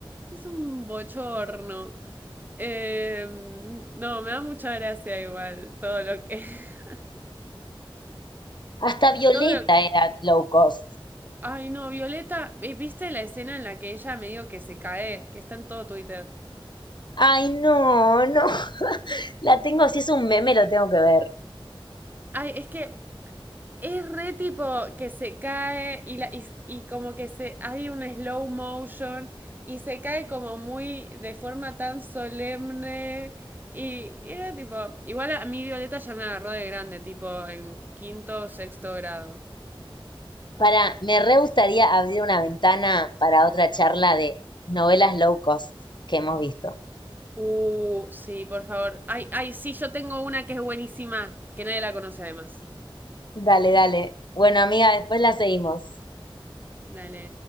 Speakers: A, on the right (about 20°); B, on the left (about 55°).
A: es un bochorno. Eh, no, me da mucha gracia igual todo lo que. <laughs>
B: Hasta Violeta
A: Todo lo
B: era low cost.
A: Ay, no, Violeta, eh, ¿viste la escena en la que ella medio que se cae? Que está en todo Twitter.
B: Ay, no, no. <laughs> La tengo, si es un meme, lo tengo que ver.
A: Ay, es que es re tipo que se cae y, la, y, y como que se hay un slow motion y se cae como muy de forma tan solemne. Y, y era tipo, igual a mí Violeta ya me agarró de grande, tipo en quinto o sexto grado.
B: Para, me re gustaría abrir una ventana para otra charla de novelas low cost que hemos visto.
A: Uh, sí, por favor. Ay, ay, sí, yo tengo una que es buenísima, que nadie la conoce además.
B: Dale, dale. Bueno, amiga, después la seguimos.
A: Dale.